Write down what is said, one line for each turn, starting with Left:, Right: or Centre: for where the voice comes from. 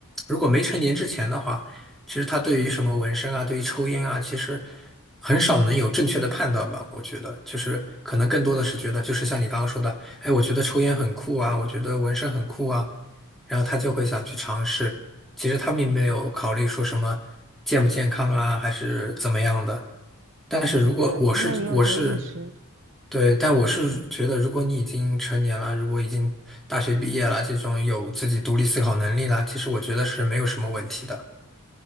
Centre: 如果没成年之前的话，其实他对于什么纹身啊，对于抽烟啊，其实很少能有正确的判断吧。我觉得，就是可能更多的是觉得，就是像你刚刚说的，哎，我觉得抽烟很酷啊，我觉得纹身很酷啊，然后他就会想去尝试。其实他并没有考虑说什么健不健康啊，还是怎么样的。但是如果我是我是
Right: 呃他们没有这个意识。
Centre: 对，但我是觉得，如果你已经成年了，如果已经大学毕业了，这种有自己独立思考能力了，其实我觉得是没有什么问题的。